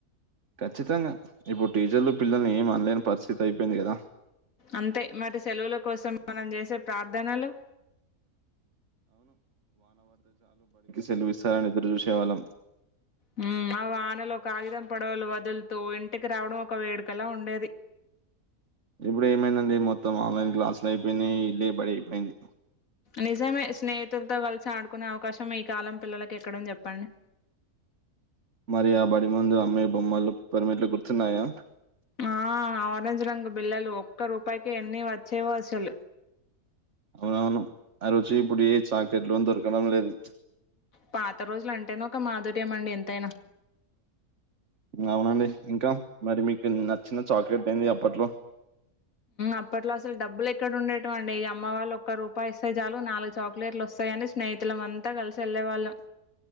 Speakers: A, on the right; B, on the left.
A: ఖచ్చితంగా ఇప్పుడు టీచర్లు పిల్లల్ని ఏమి అనలేని పరిస్థితి అయిపోయింది కదా
B: అంతే మరి సెలవుల కోసం మనం చేసే ప్రార్థనలు
A: సెలువు ఇస్తారని ఎదురు చూసే వాళ్ళం
B: హు ఆ వానలో కాగిదం పడవలు వదులుత ఇంటికి రావడం ఒక వేడుకలా ఉండేది
A: ఇప్పుడు ఏమైందండి మొత్తం ఆన్లైన్ క్లాసులు అయిపోయినాయి ఇల్లు బడి అయిపోయింది
B: నిజామే స్నేహి స్నేహితులతో కలిసి ఆడుకునే అవకాశం ఇ కాలం పిల్లలలకు ఎక్కడ ఉంది చెప్పండి
A: మరి ఆ బడి ముందు అమ్మే బొమ్మలు పిప్పర్మెంట్లు గుర్తున్నాయా
B: ఆ ఆరెంజ్ రంగ బిల్లలు ఒక్క రూపాయికి ఎన్ని వచ్చేవో అసలు
A: అవునవును ఆ రుచి ఇప్పుడు ఏ చాక్లెట్లు దొరకడం లేదు
B: పాత రోజులు అంటేనే ఒక మాధుర్యం అండి ఎంతైనా
A: అవునండి ఇంకా మరి మీకు నచ్చిన చాక్లెట్ ఏంది అప్పట్లో
B: అప్పట్లో అసలు డబ్బులు ఎక్కడ ఉండేటం అండి ఈ అమ్మ వాళ్ళు ఒక్క రూపాయి ఇస్తేయి చాలు నాలుగు చాక్లెట్లు వస్తాయని స్నేహితుల అంతా కలిసి వెళ్ళే వాళ్ళం